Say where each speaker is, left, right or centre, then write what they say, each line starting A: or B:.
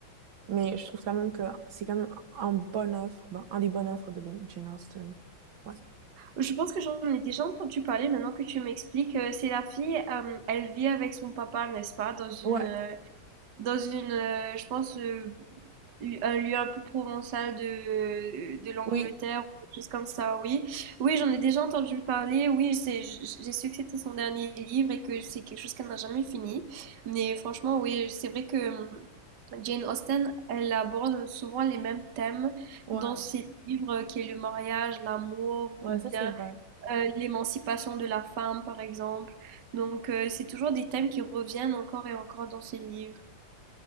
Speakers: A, on the right; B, on the right.
A: Mais je trouve quand même que c'est quand même un bonne offre, ben, un des bonnes offres de Ben- Jane Austen. Ouais.
B: Je pense que j'en ai déjà entendu parler maintenant que tu m'expliques. Euh, C'est la fille, euh, elle vit avec son papa, n'est-ce pas, dans une,
A: Ouais,
B: euh, dans une, euh, je pense, euh, lu- un lieu un peu provençal de, de l'Angleterre,
A: oui,
B: ou quelque chose comme ça, oui. Oui, j'en ai déjà entendu parler. Oui, c'est- j- j'ai su que c'était son dernier livre et que c'est quelque chose qu'elle n'a jamais fini. Mais franchement, oui, c'est vrai que hum, Jane Austen, elle aborde souvent les mêmes thèmes
A: ouais,
B: dans ses livres, euh, qui est le mariage, l'amour,
A: ouais,
B: ou bien
A: ça c'est vrai.
B: euh, l'émancipation de la femme, par exemple. Donc, euh, c'est toujours des thèmes qui reviennent encore et encore dans ces livres.